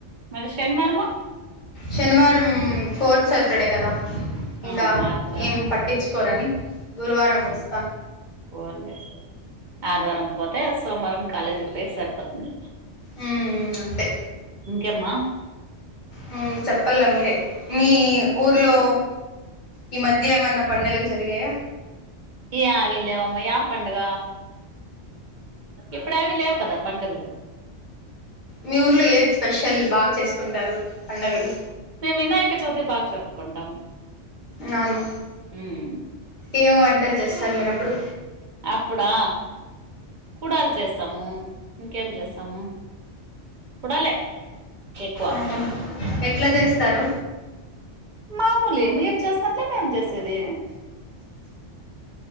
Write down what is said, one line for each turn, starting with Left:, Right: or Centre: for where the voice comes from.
Right: మరి శనివర్ము
Left: శనివారం ఫోర్త్ సర్టర్డే గదా
Right: ఆ
Left: ఇంకా
Right: ఆదివారము
Left: ఏం పట్టించుకోరని గురువారం వస్తా
Right: ఓందె ఆదివారం పోతే సోమరం కాలేజీక్ పోయ్ సరిపోతుంది
Left: ఊమ్ అంతే
Right: ఇంకేమ్మా
Left: మ్ చెప్పల్ల మీరే మీ ఊర్లో ఈ మధ్య ఏమన్నా పండగల్ జరిగాయా
Right: యావి లేవమ్మా యా పండగ ఇప్పుడవి లేవు కదా పండగులు
Left: మీ ఊర్లో ఏద్ స్పెషల్ బాగ్ చేసుకుంటారు పండగలు
Right: మేం వినాయక చవితి బాగ్ జరుపుకుంటాం
Left: నవునా
Right: ఉమ్
Left: ఏం వంటల్ చేస్తార్ మీరప్పుడు
Right: అప్పుడా కుడాల్ చేస్తాము ఇంకేం చేస్తాము కుడాలే ఎకువా
Left: ఆహా ఎట్లా జేస్తారు
Right: మామూలే మీరు చేసినట్లే మేం చేసేది